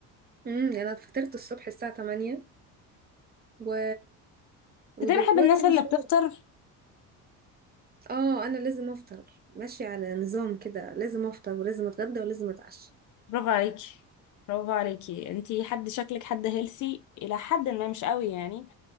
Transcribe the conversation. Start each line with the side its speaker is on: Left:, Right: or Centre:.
Right: امم انا فطرت الصبح الساعه 8 و...
Left: ده
Right: ودلوقتي
Left: بحب الناس
Right: من
Left: اللي
Right: شويه
Left: بتفطر
Right: اه انا لازم افطر ماشية على نظام كده لازم افطر ولازم اتغدى ولازم اتعشى
Left: برافو عليكي برافو عليكي انتي حد شكلك حد هيلثي الى حد ما مش قوي يعني